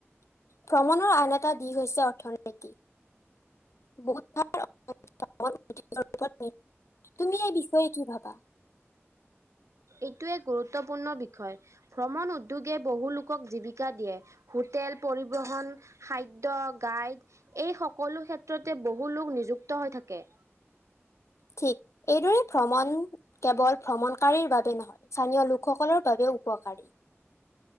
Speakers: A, on the left (about 75°); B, on the right (about 85°).
A: ভ্ৰমণৰ আন এটা দিশ হৈছে অৰ্থনীতি, <unintelligible> <unintelligible> তুমি এই বিষয়ে কি ভাবা?
B: এইটো এক গুৰুত্বপূৰ্ণ বিষয়, ভ্ৰমণ উদ্যোগে বহু লোকক জীৱিকা দিয়ে। হোটেল, পৰিবহণ, খাদ্য, গাইড এই সকলো ক্ষেত্ৰতে বহু লোক নিযুক্ত হৈ থাকে।
A: ঠিক, এইদৰে ভ্ৰমণ কেৱল ভ্ৰমণকাৰীৰ বাবে নহয়, স্থানীয় লোক সকলৰ বাবেও উপকাৰী।